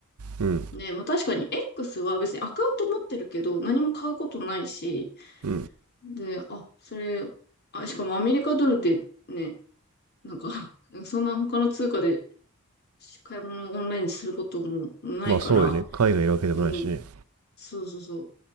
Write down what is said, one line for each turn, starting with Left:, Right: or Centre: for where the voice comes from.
Right: うん。
Left: ね、まあ、確かに X は別にアカウント持ってるけど、何も買うことないし、
Right: うん。
Left: で、あ、それ、あ、しかもアメリカドルでね、なんか <laughs> そんな他の通貨で買い物をオンラインですることもないから、
Right: まあそうよね。海外いるわけでもないしね。
Left: うん、そうそうそ